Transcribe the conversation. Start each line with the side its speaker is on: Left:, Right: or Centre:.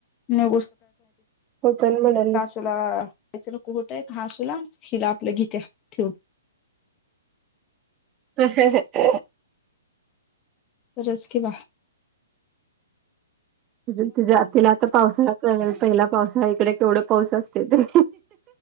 Left: नाही
Right: होत म्हणाली
Left: तुला <unintelligible> होतय घसूला हिला आपल्या घीेत्या ठेव
Right: तह ह ह ह.
Left: खरंच की बा.
Right: त तिला आता पावसा पहिला पावसा इकडे केवढं पाऊस असते ते.